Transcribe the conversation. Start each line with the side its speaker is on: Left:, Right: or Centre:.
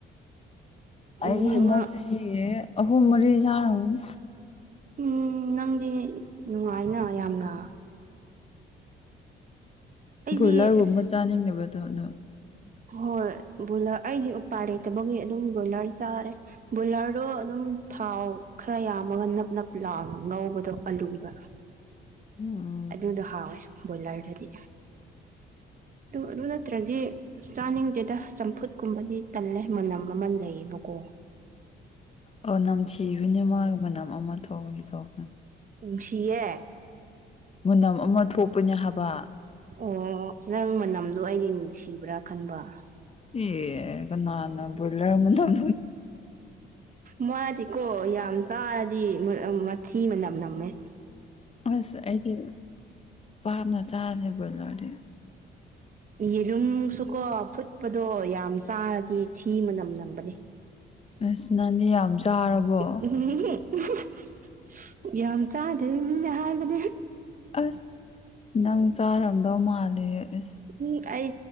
Right: ꯅꯨꯃꯤꯠ
Left: ꯑꯩ ꯍꯟꯗꯛ
Right: ꯑꯃ
Left: ꯆꯍꯤꯒꯤ ꯑꯍꯨꯝ ꯃꯔꯤ ꯆꯥꯔꯝꯅꯤ
Right: ꯎꯝ ꯅꯪꯗꯤ ꯅꯨꯡꯉꯥꯏꯅ ꯌꯥꯝꯅ꯫ ꯑꯩꯗꯤ
Left: ꯕꯣꯏꯂꯔꯒꯨꯝꯕ
Right: ꯑꯁ
Left: ꯆꯥꯅꯤꯡꯗꯕꯗꯣ ꯑꯗꯣ꯫
Right: ꯍꯣꯏ ꯕꯣꯏꯂꯔ ꯑꯩꯗꯤ ꯎꯄꯥꯏ ꯂꯩꯇꯕꯒꯤ ꯑꯗꯨꯝ ꯕꯣꯏꯂꯔ ꯆꯥꯔꯦ꯫ ꯕꯣꯏꯂꯔꯗꯣ ꯑꯗꯨꯝ ꯊꯥꯎ ꯈꯔ ꯌꯥꯝꯃꯒ ꯅꯞ ꯅꯞ ꯂꯥꯎꯅꯥ ꯉꯧꯕꯗꯣ ꯑꯂꯨꯒꯥ <inaudible>
Left: <inaudible> ꯎꯝ
Right: ꯑꯗꯨꯗꯣ ꯍꯥꯎꯋꯦ ꯕꯣꯏꯂꯔꯗꯗꯤ ꯗꯨ ꯗꯨ ꯅꯠꯇ꯭ꯔꯗꯤ ꯆꯥꯅꯤꯡꯗꯦꯗ ꯆꯝꯐꯨꯠ ꯀꯨꯝꯕꯗꯤ ꯇꯜꯂꯦ ꯃꯅꯝ ꯑꯃ ꯂꯩꯌꯦꯕꯀꯣ꯫
Left: ꯑꯣ ꯅꯝꯊꯤꯕꯅꯦ ꯃꯥꯒꯤ ꯃꯅꯝ ꯑꯃ ꯊꯣꯛꯄꯥꯅꯤ ꯊꯣꯛꯄꯥꯅꯤ
Right: ꯅꯨꯡꯁꯤꯌꯦ꯫
Left: ꯃꯅꯝ ꯑꯃ ꯊꯣꯛꯄꯅꯤ ꯍꯥꯏꯕ꯫
Right: ꯑꯣ ꯅꯪ ꯃꯅꯝꯗꯣ ꯑꯩꯗꯤ ꯅꯨꯡꯁꯤꯕ꯭ꯔꯥ ꯈꯟꯕꯔ
Left: ꯑꯦ ꯀꯅꯥꯅ ꯕ꯭ꯔꯣꯏꯂꯔ ꯑꯃꯅꯝ
Right: ꯃꯥꯗꯤꯀꯣ ꯌꯥꯝ ꯆꯥꯗꯤ ꯃꯊꯤ ꯃꯅꯝ ꯅꯝꯃꯦ꯫
Left: ꯑꯁ ꯑꯩꯗꯤ ꯄꯥꯅ ꯆꯥꯗꯦ ꯕ꯭ꯔꯣꯏꯂꯔꯗꯤ꯫
Right: ꯌꯦꯔꯨꯝꯁꯨꯀꯣ ꯐꯨꯠꯄꯗꯣ ꯌꯥꯝ ꯆꯥꯔꯗꯤ ꯊꯤ ꯃꯅꯝ ꯅꯝꯕꯅꯦ꯫
Left: ꯑꯁ ꯅꯪꯗꯤ ꯌꯥꯝ
Right: <inaudible>
Left: ꯆꯥꯔꯕꯣ
Right: ꯍꯨꯝ <unintelligible> ꯆꯥꯗꯦ ꯃꯤꯅ ꯍꯥꯏꯕꯅꯤ꯫
Left: ꯑꯁ ꯅꯪ ꯆꯥꯔꯝꯗꯧ ꯃꯥꯜꯂꯦ ꯏꯁ꯫
Right: ꯎꯝ ꯑꯩ